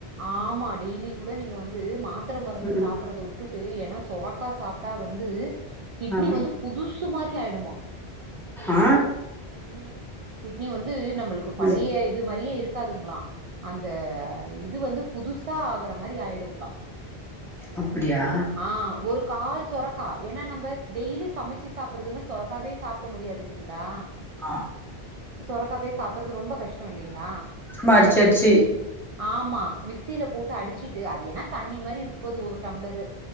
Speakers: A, on the right (about 60°); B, in the centre.
A: ஆமா டெய்லி கூட நீங்க வந்து மா த்திர மருந்து
B: ம்
A: சாப்பிடுரத வுட்டுட்டு என சொரக்கா சாப்ட்டா வந்து கிட்னி
B: ஆமா
A: வந்து புதுசு சுமாரி ஆயிடுமா
B: ஆ
A: ம் கிட்னி வந்து இது நம்மளுக்கு பழைய
B: ம்
A: இது மாரியே இருக்கு <unintelligible> களாதுங்ளா அந்த இது இது வந்து புதுசா ஆகுற மாரி ஆயிடுங்களா
B: அப்டியா
A: ஆ ஒரு கால் சொரக்கா என்னா நம்ம டெய்லி சமைச்சி சாப்பிடுறதுனு சொரக்காவே சாப்பிட முடியாது இல்லிங் நா
B: ஆ
A: சொரக்காவே சாப்படுறது ரொம்ப கஷ்டம் இல்லைங்களா
B: <inaudible> அடிச் அடிச்
A: ஆமா மிக்சியில போட்டு அடிச்சிட்டு அது ஏன்னா தண்ணி மாரி இருக்க போது ஒரு டம்ளரு